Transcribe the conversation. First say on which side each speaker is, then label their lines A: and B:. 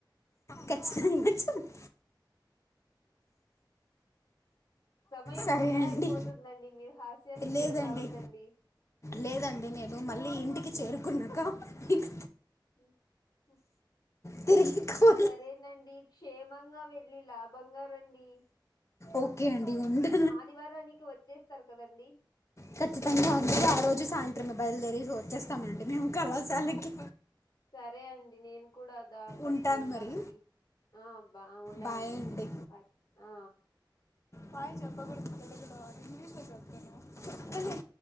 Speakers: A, on the left (about 35°); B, on the left (about 55°).
A: కచ్చితంగా చెప్
B: సమయం
A: సరే
B: వృధా
A: అండి
B: అయిపోతుందండి మీరు హాస్యానికి
A: లేదండి
B: గురి కావద్దండి
A: లేదండి నేను మళ్ళీ ఇంటికి చేరుకున్నాక ఇన్
B: ఉహు
A: తిరు కో
B: సరేనండి క్షేమంగా వెళ్ళి లాభంగా రండి
A: ఓకే అండి ఉంటా
B: ఆదివారానికి వచ్చేస్తారు కదండీ
A: ఖచ్చితంగా అండి ఆ రోజు సాయంత్రం బయలుదేరి వచ్చేస్తామండి మేము కళాశాలకి
B: సరే అండి నేన్ కూడా దా అప్పటికి
A: ఉంటాను
B: ఉంటానండి
A: మరి
B: ఆ బా ఉండానండి
A: బాయ్ అండి
B: హాయ్ ఆ
A: హాయ్ చెప్పకూడదు తెలుగులో ఇంగ్లీష్లో చెప్తున్నా చెప్పండి